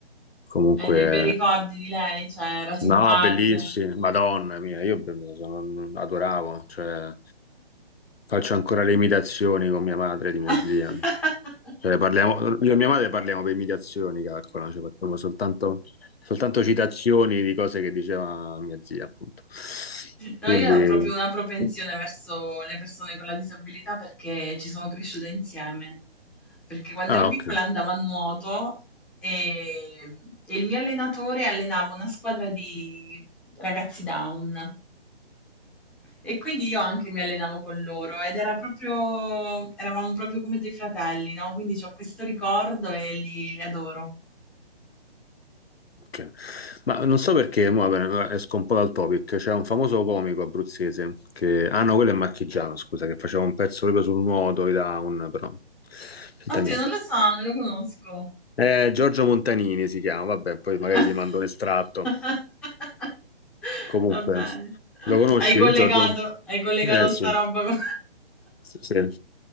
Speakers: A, on the left; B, in the centre.
A: Comunque,
B: Hai dei bei ricordi di lei? Cioè, era simpatica.
A: No, bellissimi, Madonna mia, io be- sono- adoravo, cioè, faccio ancora le imitazioni con mia madre di mia
B: <laughs>
A: zia. Cioè, parliamo, io e mia madre parliamo per imitazioni, calcola, cioè, facciamo soltanto, soltanto citazioni di cose che diceva mia zia, appunto.
B: No,
A: Quindi,
B: io ho proprio una propensione
A: sì.
B: verso le persone con la disabilità perché ci sono cresciuta insieme. Perché quando
A: ah,
B: ero piccola
A: ok.
B: andavo a nuoto e, e il mio allenatore allenava una squadra di ragazzi down e quindi io anche mi allenavo con loro ed era proprio, eravamo proprio come dei fratelli, no? Quindi ho questo ricordo e li, li adoro.
A: Ok. Ma non so perché, mo, vabbè, allora esco un po' dal topic, c'è un famoso comico abruzzese che... Ah no, quello è Marchigiano, scusa, che faceva un pezzo proprio sul nuoto, e da un... però... Senta
B: Oddio,
A: niente.
B: non lo so, non lo conosco.
A: Eh, Giorgio Montanini si chiama, vabbè, poi magari
B: <laughs>
A: ti mando un estratto. Comunque,
B: Va bene.
A: lo conosci,
B: Hai collegato,
A: Giorgio?
B: hai collegato
A: Eh
B: sta
A: sì.
B: roba con...
A: Sì, sì,